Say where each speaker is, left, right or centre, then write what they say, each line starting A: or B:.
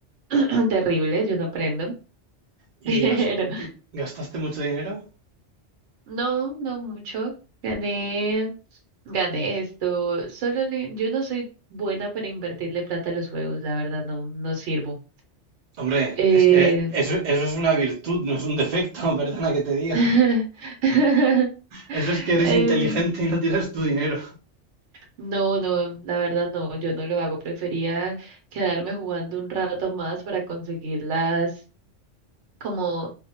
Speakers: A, on the right; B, on the right.
A: <clears throat> terrible, yo no aprendo, <laughs>
B: ¿Y
A: pero
B: gas- gastaste mucho dinero?
A: no, no mucho, gané, gané esto, solo le- yo no soy buena para invertirle plata a los juegos, la verdad, no, no sirvo.
B: Hombre,
A: Eh,
B: es que eso, eso es una virtud, no es un defecto, <laughs> perdona que te diga.
A: <laughs>
B: Eso es que eres
A: eh,
B: inteligente y no tiras tu dinero.
A: No, no, la verdad no, yo no lo hago. Prefería quedarme jugando un rato más para conseguir las, como,